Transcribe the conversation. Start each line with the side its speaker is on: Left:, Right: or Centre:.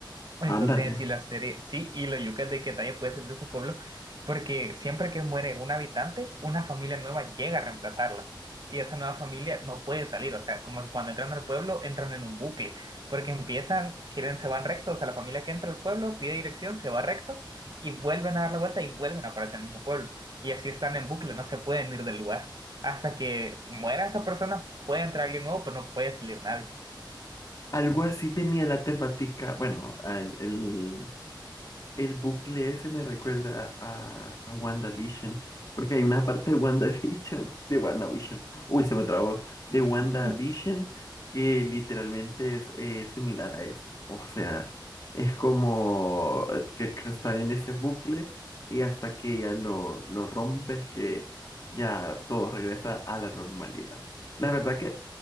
Right: Entonces,
Left: Ándale.
Right: si la serie, sí, y lo yuca es de que nadie puede ser de ese pueblo, porque siempre que muere un habitante, una familia nueva llega a reemplazarla. Y esa nueva familia no puede salir, o sea, como que cuando entran al pueblo, entran en un bucle, porque empiezan, quieren, se van recto, o sea, la familia que entra al pueblo pide dirección, se va recto, y vuelven a dar la vuelta y vuelven a aparecer en el mismo pueblo. Y así están en bucle, no se pueden ir del lugar. Hasta que muera esa persona, puede entrar alguien nuevo, pero no puede salir nadie.
Left: Algo así tenía la temática, bueno, el, el- El bucle ese me recuerda a, a WandaVision, porque hay una parte de WandaVision, de WandaVision, uy, se me trabó, de WandaVision,
Right: <laughs>
Left: que literalmente es eh, similar a eso. O sea, es como eh, que, que están en ese bucle y hasta que ya lo, lo rompes, que ya todo regresa a la normalidad. La verdad que